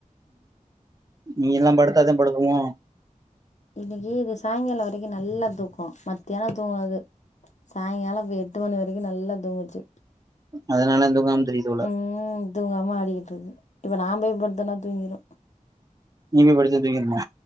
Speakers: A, on the right (about 25°); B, on the left (about 60°).
A: நீங்கெல்லா படுத்தாதா படுக்குமோ
B: இன்னைக்கு இது சாயங்காலொ வரைக்கு நல்லா தூக்கோ மத்யானொ தூங்னது சாயங்காலொ இப்ப எட்டு மணி வர் ரைக்கு நல்லா தூங்குச்சு
A: அதனால இந்தூங்காம திரியுது போல
B: ம் தூங்காம ஆடிகிட்ருக்கு இப்ப நா போய் படுத்தனா தூங்கிரு
A: நீங்க படிச்சா தூங்கிருமா